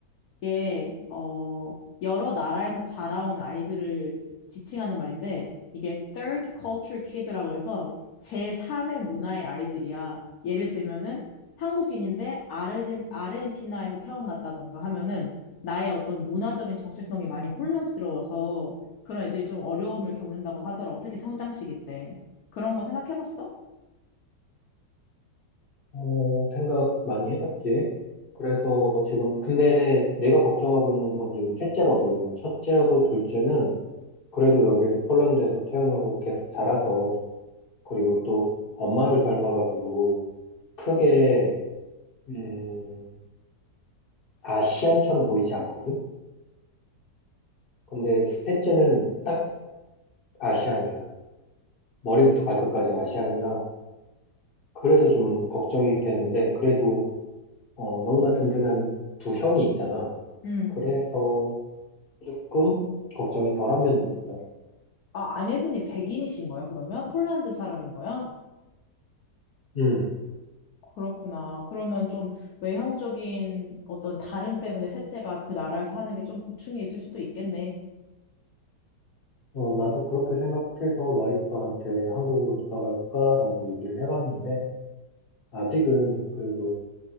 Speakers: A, on the left; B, on the left.
A: 이게 어 여러 나라에서 자라온 아이들을 지칭하는 말인데 이게 Third Culture Kid라고 해서 제3의 문화의 아이들이야. 예를 들면은 한국인인데 아르젠, 아르헨티나에서 태어났다던가 하면은 나의 어떤 문화적인 정체성이 많이 혼란스러워서 그런 애들이 좀 어려움을 겪는다고 하더라. 어떻게 성장시기 때. 그런 거 생각해봤어?
B: 어, 생각 많이 해봤지. 그래서 지금, 근데 내가 걱정하고 있는 건 지금 셋째거든. 첫째하고 둘째는 그래도 여기에서 폴란드에서 태어나고 계속 자라서, 그리고 또 엄마를 닮아가지고 크게, 음, 아시안처럼 보이지 않거든? 근데 셋째는 딱 아시안이야. 머리부터 발끝까지 아시안이라. 그래서 좀 걱정이 되는데, 그래도, 어, 너무나 든든한 두 형이 있잖아.
A: 음.
B: 그래서, 조금 걱정이 덜한 면도 있어.
A: 아, 아내분이 백인이신 거예요, 그러면? 폴란드 사람인 거야?
B: 음,
A: 그렇구나. 그러면 좀 외형적인 어떤 다름 때문에 셋째가 그 나라에서 는게 좀 고충이 있을 수도 있겠네.
B: 어, 나도 그렇게 생각해서 와이프한테 한국으로 돌아갈까라고 얘기를 해봤는데, 아직은 그래도